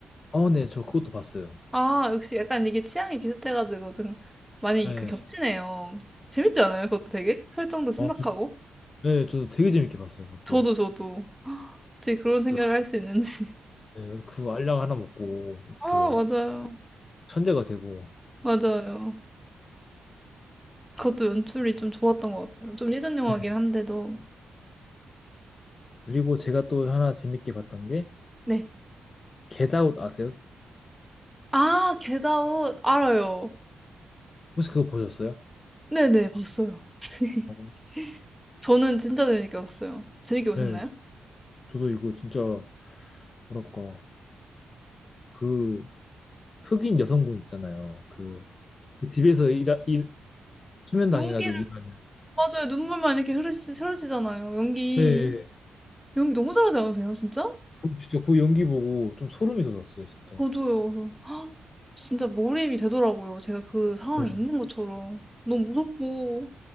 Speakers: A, on the left; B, in the centre.
A: 아, 네, 저 그것도 봤어요.
B: 아, 역시 약간 이게 취향이 비슷해가지고 좀 많이
A: 예,
B: 그 겹치네요. 재밌지 않아요? 그것도 되게? 설정도 신박하고?
A: 아, 저- 예, 저도 되게 재밌게 봤어요, 그것도.
B: 저도, 저도. 어떻게 그런
A: 진짜
B: 생각을 할 수 있는지. <laughs>
A: 예, 그 알약 하나 먹고 어떻게
B: 아, 맞아요.
A: 천재가 되고.
B: 맞아요. 그것도 연출이 좀 좋았던 것 같아요. 좀 예전 영화긴
A: 네.
B: 한데도.
A: 그리고 제가 또 하나 재밌게 봤던 게
B: 네.
A: 겟아웃 아세요?
B: 아, 겟아웃 알아요.
A: 혹시 그거 보셨어요?
B: 네네, 봤어요. <laughs>
A: 어,
B: 저는 진짜 재밌게 봤어요. 재밌게 보셨나요?
A: 네, 저도 이거 진짜 뭐랄까 그 흑인 여성분 있잖아요. 그 집에서 일하, 일 수면 당해가지고
B: 연기를,
A: 일하는.
B: 맞아요. 눈물만 이렇게 흐르시, 흐르시잖아요. 연기.
A: 네,
B: 연기 너무 잘하지 않으세요, 진짜?
A: 그- 진짜 그 연기 보고 좀 소름이 돋았어요, 진짜.
B: 저도요. 그래서 <gasps> 진짜 몰입이 되더라고요. 제가 그 상황에
A: 네.
B: 있는 것처럼. 너무 무섭고.